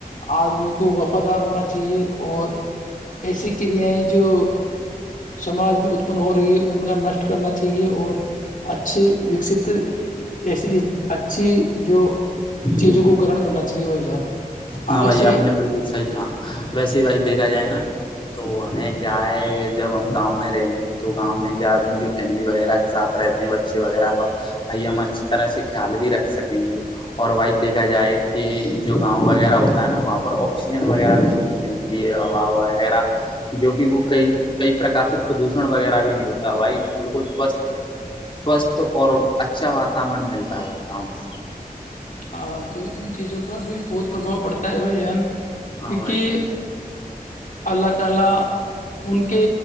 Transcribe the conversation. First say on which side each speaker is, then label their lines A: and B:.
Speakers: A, on the left; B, on the left.
A: آدمی کو وفادار ہونا چاہیے اور ایسی کریایں جو سماج میں اتپن ہو رہی ہے ان کا نشٹ کرنا چاہیے اور اچھے وکست ایسی چیز اچھی جو
B: ہی <inaudible>
A: چیزوں کو گرن کرنا چاہیے بھائی جان اب
B: ہاں
A: جیسے
B: بھائی آپ نے بالکل صحیح کہا ویسے بھائی دیکھا جائے نا تو ہمیں کیا ہے کہ جب ہم گاؤں میں رہیں گے تو گاؤں میں کیا اپنی جو فیملی وغیرہ کے ساتھ رہتے ہیں بچے وغیرہ کا ہم اچھی طرح سے خیال بھی رکھ سکیں گے اور وہی دیکھا جائے کہ جو گاؤں وہ وغیرہ ہوتا ہے نا وہاں پر آکسیجن وغیرہ بھی شھس ملتی ہے ہوا وغیرہ جو کہ وہ کئی کئی پرک سے پردوشن وغیرہ بھی نہیں ہوتا بھائی بالکل سوستھ سوستھ اور اچھا واتاورن ملتا ہے گاؤں میں
A: ہاں تو ان چیزوں کا بھی بہت پرباؤ پڑتا ہے بھائی جان
B: ہاں
A: کیونکہ
B: بھائی
A: اللہ تعالی ان کے